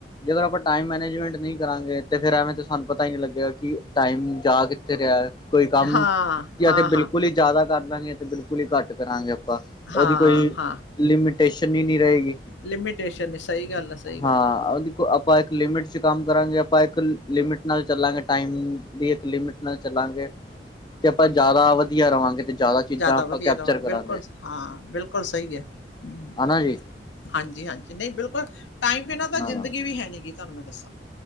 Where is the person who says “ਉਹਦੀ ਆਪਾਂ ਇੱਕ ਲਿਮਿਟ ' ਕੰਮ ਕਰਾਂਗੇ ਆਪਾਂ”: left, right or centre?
Left